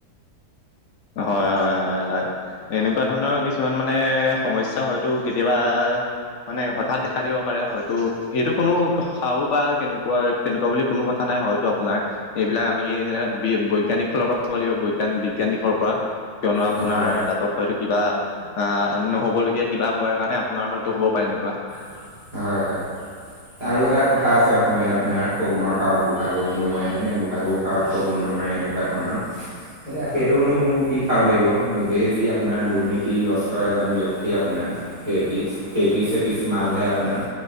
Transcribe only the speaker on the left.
হয় হয় হয় হয়। এনেকুৱা ধৰণৰ কিছুমান মানে সমস্যা হয়তো কেতিয়াবা। মানে হঠাৎ দেখা দিব পাৰে হয়তো এইটো কোনো সাও বা কেনেকুৱা তেনেকুৱা বুলি কোনো কথা নাই। হয় আপোনাৰ এইবিলাক আমি বৈজ্ঞানিক ফালৰ পৰা চলিব বিজ্ঞান। কোৱা। কিয়নো আপোনাৰ
দাঁতত হয়তো কিবা আহ নহবলগীয়া কিবা হোৱাৰ কাৰণে আপোনাৰ হয়তো হ'ব পাৰে ন। কোৱা।